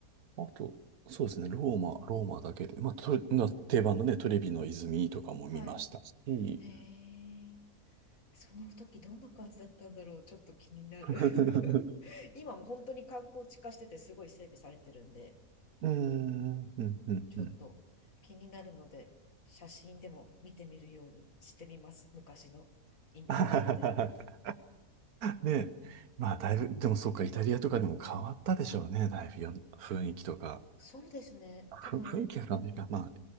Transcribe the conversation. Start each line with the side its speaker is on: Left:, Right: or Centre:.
Right: あと、そうですね、ローマ、ローマだけで、まあ、トレな定番のね、トレビの泉とかも見ましたし、
Left: はい。
Right: うん
Left: へえ。その時どんな感じだったんだろう、ちょっと気になる
Right: <laughs>、
Left: <laughs> 今も本当に観光地化しててすごい整備されてるんで、
Right: うーん、うん、うん。
Left: ちょっと気になるので、
Right: うん
Left: 写真でも見てみるようにしてみます、昔のインターネットで。
Right: <laughs> ねえ、まあ、だいぶ、でもそうか、イタリアとかでも変わったでしょうね、だいぶよ雰囲気とか。
Left: そうですね、多分
Right: ふ雰囲気あるわねが、まあ、